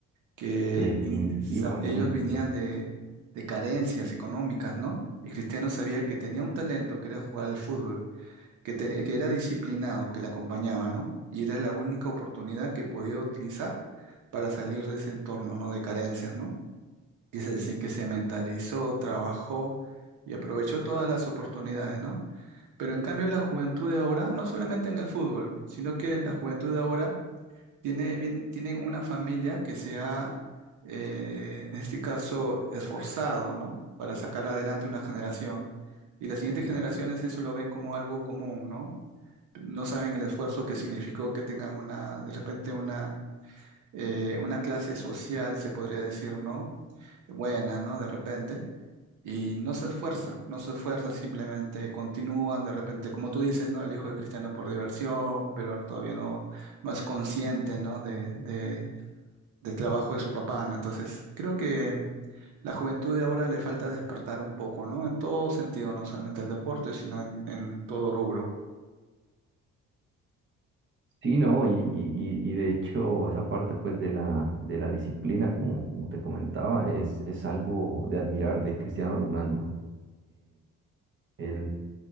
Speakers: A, on the right; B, on the right.
A: Que
B: Definitivamente.
A: in- sa- ellos venían de, de carencias económicas, ¿no? Y Cristiano sabía que tenía un talento, que era jugar al fútbol, que, tenía- que era disciplinado, que le acompañaba, ¿no? Y era la única oportunidad que podía utilizar para salir de ese entorno, ¿no? De carencias, ¿no? Y es decir, que se mentalizó, trabajó y aprovechó todas las oportunidades, ¿no? Pero en cambio la juventud de ahora, no solamente en el fútbol, sino que la juventud de ahora tiene, bien, tiene una familia que se ha, eh, en este caso, esforzado, ¿no? Para sacar adelante una generación. Y las siguientes generaciones eso lo ven como algo común, ¿no? No saben el esfuerzo que significó que tengan una, de repente, una, eh, una clase social, se podría decir, ¿no? Buena, ¿no? De repente. Y no se esfuerzan, no se esfuerzan, simplemente continúan, de repente, como tú dices, ¿no? El hijo de cristiano por diversión, pero todavía no, no es consciente, ¿no? De, de- del trabajo de su papá, ¿no? Entonces, creo que la juventud de ahora le falta despertar un poco, ¿no? En todo sentido, no solamente el deporte, sino en, en todo rubro.
B: Sí, no, y, y, y- y de hecho esa parte pues de la, de la disciplina, como, como te comentaba, es, es algo de admirar de Cristiano Ronaldo. El